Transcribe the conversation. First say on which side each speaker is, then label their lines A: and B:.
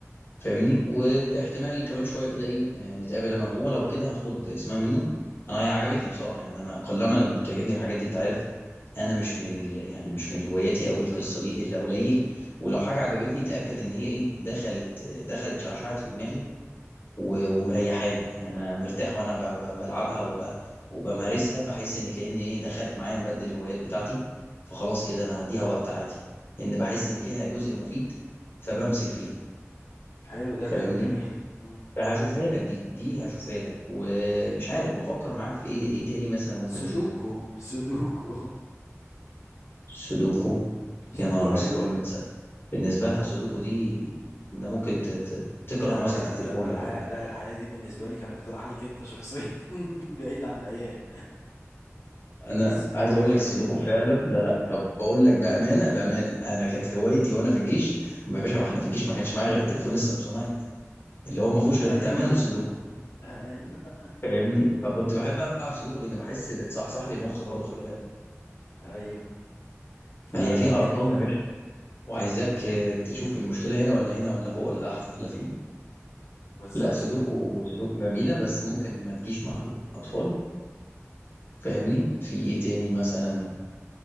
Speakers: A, on the left (about 45°); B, on the left (about 75°).
A: فاهمني واحتمال كمان شويه كده ايه آه، نتقابل انا وهو لو كده هاخد اسمها منه انا هي عجبتني بصراحه يعني انا قلما لما بتعجبني الحاجات دي انت عارف انا مش من ال... يعني مش من هواياتي قوي القصه دي الا قليل ولو حاجه عجبتني تاكد ان هي ايه دخلت دخلت شعشعت في دماغي و... ومريحاني
B: امم
A: يعني انا مرتاح وانا ب... ب... بلعبها وب... وبمارسها بحس ان كأن ايه دخلت معايا من بند الهوايات بتاعتي فخلاص كده انا هديها وقت عادي لان بحس ان فيها جزء مفيد فبمسك فيها
B: حلو ده
A: فاهمني
B: كلام جميل امم
A: فهاشوفها لك دي دي هشوفها لك ومش عارف بفكر معاك في ايه ايه تاني مثلا ممكن
B: سودوكو
A: نشوفه
B: سودوكو
A: سودوكو
B: <laughs> سودوكو
A: يا نهار
B: حلوه
A: أسود، بالن- بالنسبه لها سودوكو دي ده ممكن ت- ت- تكره
B: لا ده
A: ماسكه التليفون
B: لا الحياة
A: يا راجل
B: لا الحياة دي بالنسبة لي كان اقتراح ليك انت شخصيا <laughs> بعيد عن العيال
A: انا
B: السودوكو
A: عايز اقول
B: حلو
A: لك السودوكو
B: جدا
A: فعلا لا لا طب بقول لك بامانه بامانه انا كانت هوايتي وانا في الجيش يا باشا احنا في الجيش ما كانش معايا غير التليفون السامسونايت اللي هو ما فيهوش
B: ايوه
A: غير التعبان والسودوكو
B: ايوه
A: فاهمني فكنت بحب العب سودوكو لان بحس بتصحصح لي المخ برضه خلي بالك
B: ايوه فلا
A: ما هي فيها
B: جميلة
A: ارقام يا باشا وعايزاك آه، تشوف المشكلة هنا ولا هنا ولا فوق ولا تحت ولا فين
B: بالظبط
A: لا سودوكو
B: كده
A: سودوكو جميلة بس ممكن ما تجيش مع الأطفال فاهمني في ايه تاني مثلا